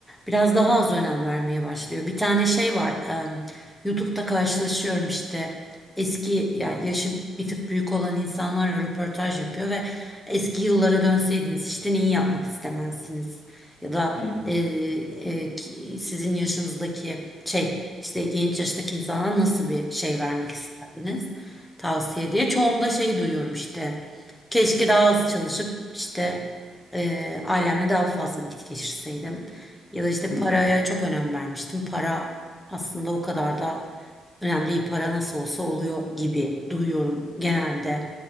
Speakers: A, in the centre; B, on the left (about 55°).
A: biraz daha az önem vermeye başlıyor. Bir tane şey var e, YouTube'da karşılaşıyorum işte eski yani yaşı bir tık büyük olan insanlarla röportaj yapıyor ve eski yıllara dönseydiniz işte neyi yapmak istemezsiniz ya da
B: Hı
A: e,
B: hı.
A: e, ki- sizin yaşınızdaki şey işte genç yaştaki insanlara nasıl bir şey vermek isterdiniz tavsiye diye çoğunda şey duyuyorum işte Keşke daha az çalışıp işte Eee, ailemle daha fazla vakit geçirseydim ya da işte
B: Hı
A: paraya
B: hı.
A: çok önem vermiştim. Para aslında o kadar da önemli değil. Para nasıl olsa oluyor gibi duyuyorum genelde